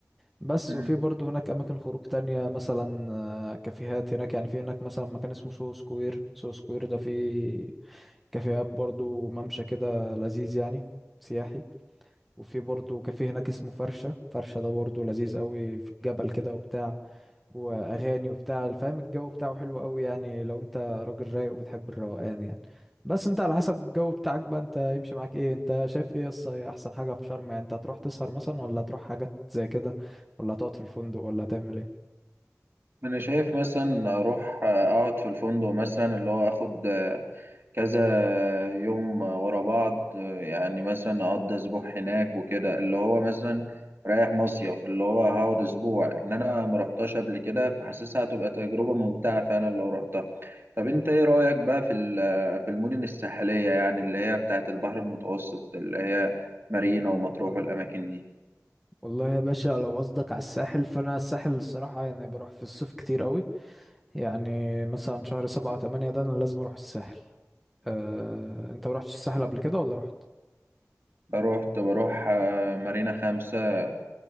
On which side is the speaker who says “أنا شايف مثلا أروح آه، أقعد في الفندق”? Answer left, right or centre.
Right